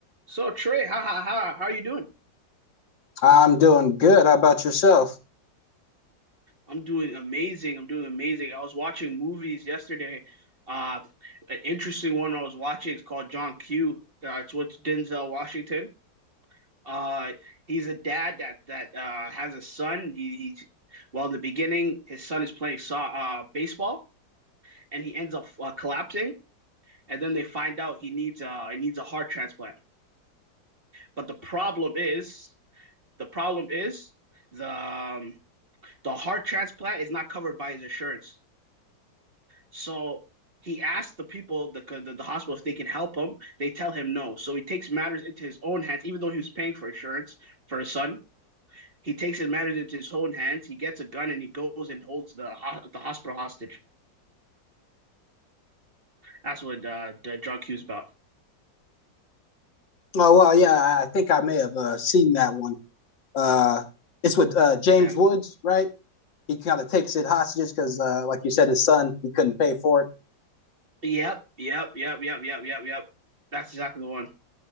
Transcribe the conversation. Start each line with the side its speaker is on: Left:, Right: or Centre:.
Right: So Trey, ha ha ha, how are you doing?
Left: I'm doing good. How about yourself?
Right: I'm doing amazing. I'm doing amazing. I was watching movies yesterday. Uh, an interesting one I was watching is called John Q. Uh, it's with Denzel Washington. Uh, he's a dad that that uh, has a son. He, he's well in the beginning, his son is playing so uh, baseball, and he ends up uh, collapsing. And then they find out he needs uh he needs a heart transplant. But the problem is, the problem is the um, The heart transplant is not covered by his insurance. So he asked the people, the, the, the hospital, if they can help him. They tell him no. So he takes matters into his own hands, even though he was paying for insurance for his son. He takes his matters into his own hands. He gets a gun and he goes and holds the the hospital hostage. That's what uh, the drug cue's about.
Left: Oh, well, yeah, I think I may have uh, seen that one. Uh, it's with uh, James
Right: Yeah.
Left: Woods, right? He kind of takes it hostages because, uh, like you said, his son, he couldn't pay for it.
Right: Yep. Yep. Yep. Yep. Yep. Yep. Yep. That's exactly the one.